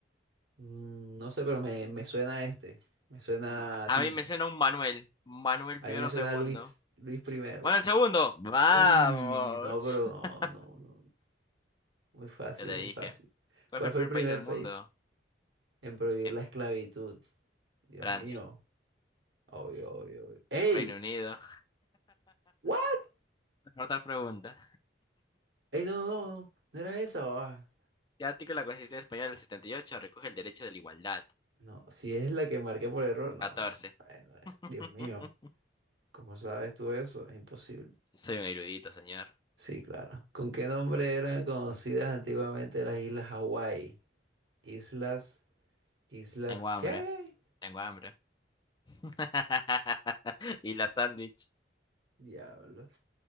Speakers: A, on the right; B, on the left.
A: mm, no sé, pero me, me suena a este. Me suena
B: Mm,
A: a
B: A
A: Tim.
B: mí me suena un Manuel. Manuel
A: A
B: primero,
A: mí me suena
B: segundo.
A: a Luis, Luis primero.
B: Manuel segundo. Vamos.
A: Uy, no, pero no,
B: <laughs>
A: no, no. no. Muy fácil,
B: Ya te
A: muy
B: dije.
A: fácil.
B: ¿Cuál
A: ¿Cuál
B: fue el
A: fue
B: primer
A: el primer
B: país del mundo?
A: país en prohibir
B: Em,
A: la esclavitud? Dios
B: Francia,
A: mío. Obvio, obvio, obvio. ¡Ey!
B: Reino Unido.
A: ¿What?
B: <laughs> Otra pregunta.
A: ¡Ey, no, no, no! No, ¿No era esa. ah.
B: ¿Qué artículo de la Constitución Española del 78 recoge el derecho de la igualdad?
A: No, si es la que marqué por error, no,
B: 14.
A: no, no, eh, no es.
B: <laughs>
A: Dios mío. ¿Cómo sabes tú eso? Es imposible.
B: Soy un erudito, señor.
A: Sí, claro. ¿Con qué nombre eran conocidas antiguamente las Islas Hawái? Islas, Islas,
B: Tengo hambre,
A: ¿qué?
B: tengo hambre. <laughs> Y la sándwich.
A: Diablos.